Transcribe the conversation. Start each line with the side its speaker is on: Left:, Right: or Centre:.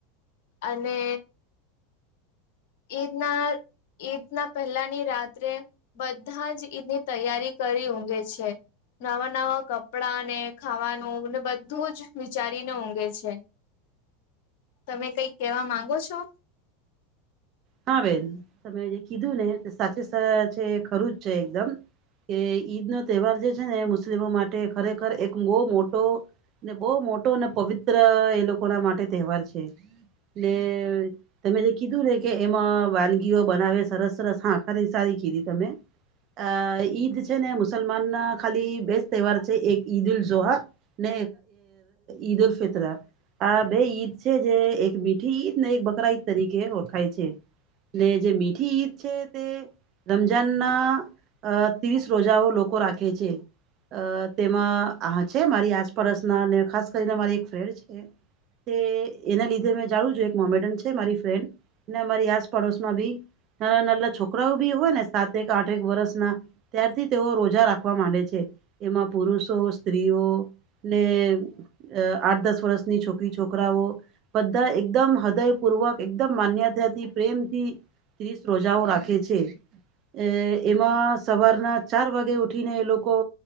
Left: અને એના ઈદના પહેલાની રાત્રે બધા જ ઈદની તૈયારી કરી ઊંઘે છે. નવા નવા કપડાં ને ખાવાનુંને બધું જ વિચારીને ઊંઘે છે. તમે કઈક કેવા માંગો છો?
Right: હા બેન તમે જે કીધું ને સાચ છે ખરું જ છે એકદમ. કે ઈદનો તહેવાર જે છે ને મુસ્લિમો માટે ખરેખર એક બહુ મોટો ને બહુ મોટો અને પવિત્ર એ લોકોના માટે તહેવાર છે. એટલે તમે જે કીધું રે કે એમાં વાનગીઓ બનાવે સરસ સરસ આખાની સારી કીધી તમે. અ ઈદ છે ને મુસલમાન ના ખાલી બેસ્ટ તહેવાર છે એક ઈદ ઉલ જોહા ને ઈદ ઉલ ફિત્ર આ બે ઈદ છે જે એક મીઠ મીઠી ઈદ ને એક બકરા ઈદ તરીકે ઓળખાય છે ને જે મીઠી ઈદ છે તે રમઝાનના અ ત્રીસ રોજાઓ લોકો રાખે છે. અ તેમાં આ છે મારી આસપડોસના અને ખાસ કરીને મારી એક ફ્રેન્ડ છે. તે એના લીધે મેં જાઉું છું એક મોમેન્ટન છે મારી ફ્રેન્ડ. ને અમારી આસપડોશમાં બી નાના નાલા છોકરાઓ બી હોય ને સાતક આઠેક વર્ષના ત્યારથી તેઓ રોજા રાખવા માંડે છે એમાં પુરુષો, સ્ત્રીઓ ને આઠ દસ વર્ષની છોકરી છોકરાઓ બધા એકદમ હૃદયપૂર્વક એકદમ માન્યતા થી પ્રેમ થી ત્રીસ રોજાઓ રાખે છે. એ એમાં સવારના ચાર વાગે ઉઠીને એ લોકો